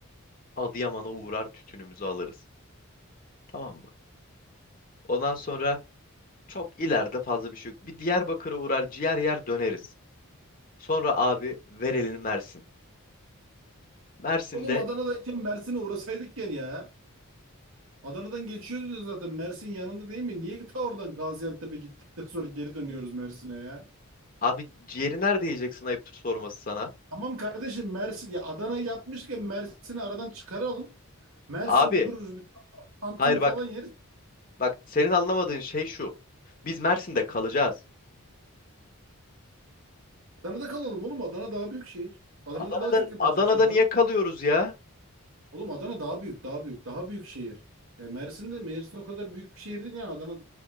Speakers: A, on the left (about 40°); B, on the right (about 65°).
A: Adıyaman'a uğrar tütünümüzü alırız. Tamam mı? Ondan sonra çok ileride fazla bir şey yok. Bir Diyarbakır'a uğrar ciğer yer döneriz. Sonra abi ver elini Mersin. Mersin'de
B: Oğlum Adana'dayken Mersin'e uğrasaydık gene ya. Adana'dan geçiyoruz zaten. Mersin yanında değil mi? Niye ta oradan Gaziantep'e gittikten sonra geri dönüyoruz Mersin'e ya?
A: abi ciğeri nerede yiyeceksin ayıptır sorması sana.
B: Tamam kardeşim Mersin ya Adana'yı yapmışken Mersin'i aradan çıkaralım. Mersin'de
A: Abi
B: dururuz bir tantuni
A: hayır
B: falan
A: bak
B: yeriz.
A: bak senin anlamadığın şey şu. Biz Mersin'de kalacağız.
B: Adana'da kalalım oğlum. Adana daha büyük şehir. Adana'da
A: Adana'da
B: daha çok yapılacak
A: Adana'da
B: şey
A: niye
B: var.
A: kalıyoruz ya?
B: Oğlum Adana daha büyük, daha büyük, daha büyük şehir. Ya Mersin'de Mersin o kadar büyük bir şehir değil yani Adana